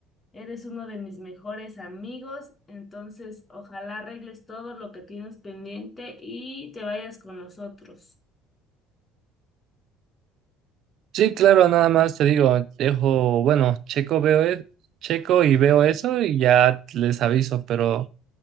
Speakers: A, on the left; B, on the right.
A: Eres uno de mis mejores amigos, entonces ojalá arregles todo lo que tienes pendiente y te vayas con nosotros.
B: Sí, claro, nada más te digo, dejo, bueno, checo, veo, e- checo y veo eso y ya les aviso, pero...